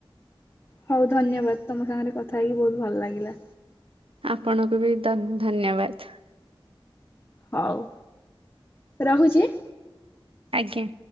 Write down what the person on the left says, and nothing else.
ହଉ ଧନ୍ୟବାଦ ତମ ସାଙ୍ଗରେ କଥା ହେଇକି ବହୁତ ଭଲ ଲାଗିଲା।
ହଉ ରହୁଛି।